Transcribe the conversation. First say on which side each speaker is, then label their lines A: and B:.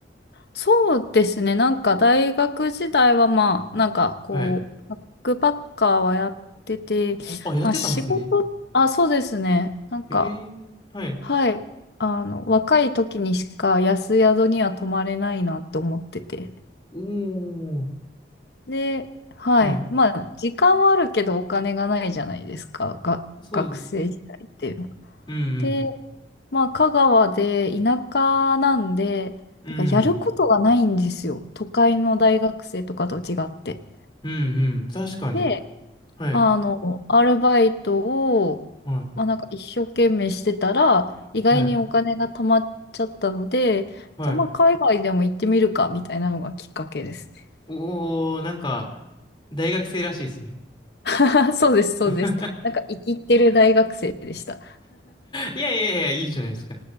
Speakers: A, on the left; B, on the left.
A: そうですね。なんか大学時代はまあ、なんかこう、
B: はい。
A: バックパッカーはやってて、
B: あ、やってたんですね。
A: まあ仕事、あ、そうですね。なんか、
B: へえ、はい。
A: はい。あの、若い時にしか安宿には泊まれないなと思ってて。
B: おー、
A: で、はい。
B: はい。
A: まあ、時間はあるけどお金がないじゃないですか。が、
B: そうですね。
A: 学生時代って。
B: うんうん。
A: で、まあ、香川で田舎なんで、
B: うん、
A: だからやることがないんですよ。都会の大学生とかと違って。
B: うん、うん、確かに。
A: で、
B: はい、
A: あの、アルバイトを、
B: は
A: まあ、なんか一生懸命してたら、意外にお金が貯まっちゃったので、
B: い、はい、はい。
A: じゃあまあ海外でも行ってみるか、みたいなのがきっかけですね。
B: おー、なんか、大学生らしいですね。
A: <laughs> そうです、
B: <laughs>
A: そうです。なんか生きてる大学生でした。
B: いやいやいや、いいじゃないですか。